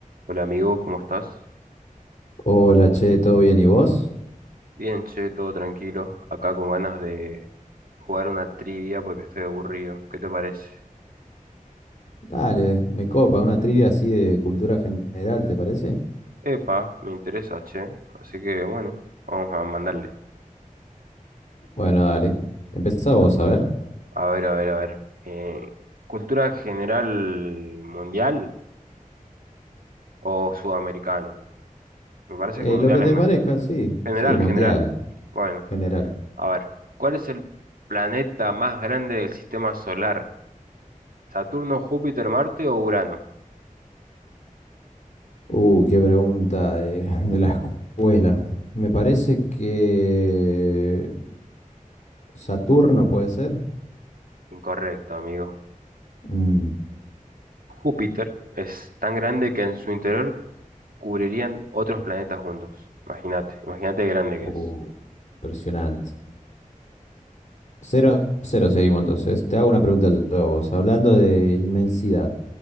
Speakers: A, on the right; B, on the left.
A: Hola amigo, ¿cómo estás?
B: Hola, che, ¿todo bien? ¿Y vos?
A: Bien, che, todo tranquilo. Acá con ganas de jugar una trivia porque estoy aburrido. ¿Qué te parece?
B: Dale, me copa, una trivia así de cultura general, ¿te parece?
A: Epa, me interesa, che. Así que bueno, vamos a mandarle.
B: Bueno, dale. Empezá vos, a ver.
A: A ver, a ver, a ver. Eh, ¿cultura general mundial o sudamericano? Me parece
B: Eh,
A: que mundial
B: lo que te
A: es mejor.
B: parezca, sí.
A: General,
B: Sí, mundial,
A: general. Bueno,
B: general.
A: a ver. ¿Cuál es el planeta más grande del sistema solar? ¿Saturno, Júpiter, Marte o Urano?
B: Uh, qué pregunta de, <laughs> de la escuela. Me parece que Saturno puede ser.
A: Incorrecto, amigo.
B: Mm,
A: Júpiter es tan grande que en su interior cubrirían otros planetas juntos. Imagínate, imagínate de grande
B: uh,
A: que es.
B: impresionante. cero a 0 seguimos entonces. Te hago una pregunta yo a vos, hablando de inmensidad.